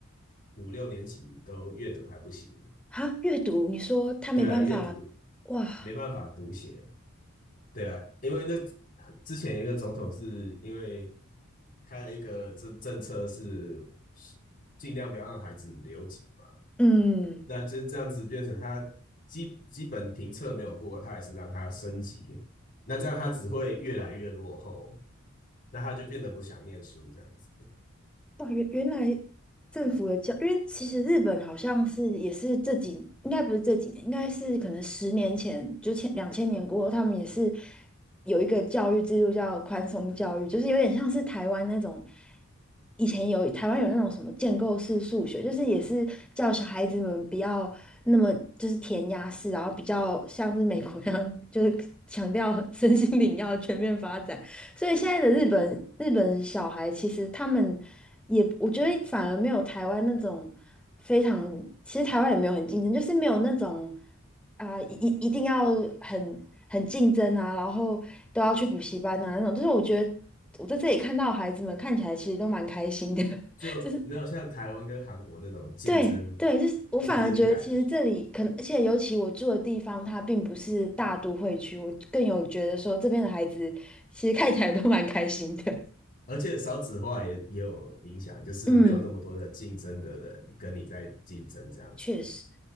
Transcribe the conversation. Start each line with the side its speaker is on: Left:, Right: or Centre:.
Left: 五六年级都阅读还不行，
Centre: 哈，阅读，你说他没办法哇？
Left: 对啊，阅读没办法读写。对啊，因为那之前一个总统是因为开了一个政政策是尽量不要让孩子留级嘛，
Centre: 嗯，
Left: 那就这样子变成他基基本评测没有过，他还是让他升级，那这样他只会越来越落后，那他就变得不想念书这样子，
Centre: 哇，原原来政府的教，因为其实日本好像是也是这几，应该不是这几年，应该是可能十年前，就前两千年过后，他们也是有一个教育制度叫宽松教育，就是有点像是台湾那种，以前有台湾有那种什么建构式数学，就是也是叫小孩子们不要那么就是填鸭式，然后比较像是美国那样，就是强调 <laughs> 身心灵要全面发展。所以现在的日本日本小孩，其实他们也，我觉得反而没有台湾那种非常，其实台湾也没有很竞争，就是没有那种啊、一一一定要很很竞争啊，然后都要去补习班啊那种。就是我觉得我在这里看到孩子们看起来其实都蛮开心的，<laughs>
Left: 就没有像台湾跟韩国那种竞争
Centre: 就是对对，就是我反而觉得其实这里可能，
Left: 竞争感。
Centre: 而且尤其我住的地方，它并不是大都会区，我更有觉得说这边的孩子其实看起来都蛮开心的。
Left: 而且少子化也也有影响，就是没有那么多的竞争的人跟你在竞争这样子。
Centre: 嗯，确实，